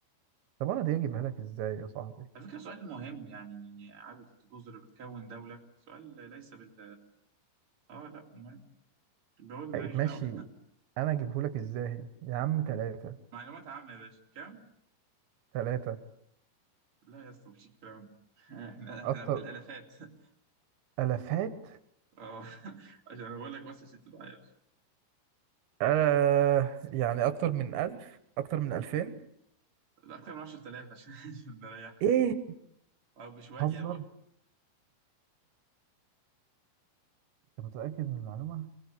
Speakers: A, on the right (about 80°); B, on the right (about 30°).
A: طب انا دي اجيبها لك ازاي يا صاحبي
B: على فكرة سؤال مهم يعني عدد الجزر اللي بتكون دولة سؤال ليس بال اه لا مهم جاوبني
A: طيب
B: ماليش
A: ماشي
B: دعوة
A: انا اجيبهولك ازاي يا عم تلاتة
B: <laughs> معلومات عامة يا باشا كم؟
A: تلاتة
B: لا يا اسطى مفيش الكلام ده <laughs> احنا احنا
A: اكتر
B: في الالافات <laughs>
A: الافات
B: اه عشان انا بقول لك بس عشان تبقى عارف
A: آه يعني اكتر من الف اكتر من الفين
B: اكتر من 10000 عشان <laughs> عشان نريحك
A: ايه
B: او بشوية
A: هزر
B: برضه
A: انت متأكد من المعلومة